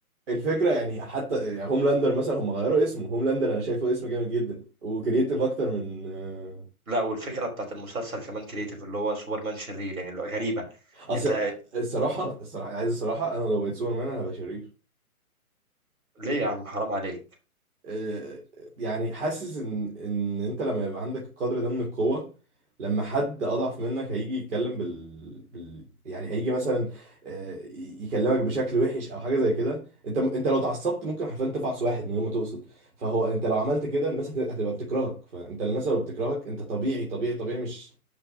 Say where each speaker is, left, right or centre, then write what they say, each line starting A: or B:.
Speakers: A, on the right (about 55°); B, on the right (about 70°).
A: الفكره يعني حتى يعني هوملاندر مثلا هم غيروا اسمه هوملاندر انا شايفه اسم جامد جدا وكرييتيف اكتر من آه،
B: لا والفكره بتاعت المسلسل كمان كريتيف اللي هو سوبرمان شرير يعني اللي هو غريبه
A: اصل
B: انت
A: الصراحه الصراحه عايز الصراحه انا لو بقيت سوبر مان انا هبقى شرير
B: ليه يا عم حرام عليك
A: آه، يعني حاسس ان ان انت لما يبقى عندك القدر ده من القوة لما حد اضعف منك هيجي يتكلم بال, بال... يعني هيجي مثلا آه، ي- يكلمك بشكل وحش او حاجة زي كده انت م- انت لو اتعصبت ممكن حرفيا تفعص واحد من غير ما تقصد فهو انت لو عملت كده الناس هت- هتبقى بتكرهك فانت الناس لو بتكرهك انت طبيعي طبيعي طبيعي مش